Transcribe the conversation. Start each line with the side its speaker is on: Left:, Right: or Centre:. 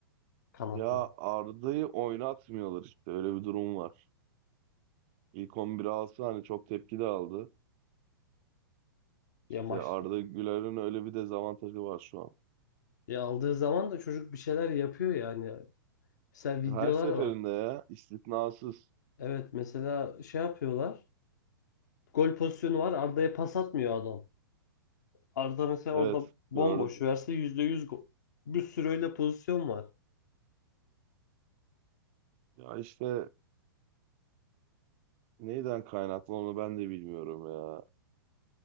Left: Kanata.
Right: Ya Arda'yı oynatmıyorlar işte öyle bir durum var. İlk 11 alsa hani çok tepki de aldı.
Left: Ya
Right: İşte
Left: maç
Right: Arda Güler'in öyle bir dezavantajı var şu an.
Left: ya aldığı zaman da çocuk bir şeyler yapıyor yani. Mesela videolar
Right: Her seferinde
Left: var.
Right: ya istisnasız.
Left: Evet mesela şey yapıyorlar. Gol pozisyonu var. Arda'ya pas atmıyor adam. Arda mesela
Right: Evet
Left: orada bomboş
Right: gördüm.
Left: verse %100 gol. Bir sürü öyle pozisyon var.
Right: Ya işte neyden kaynaklı onu ben de bilmiyorum ya.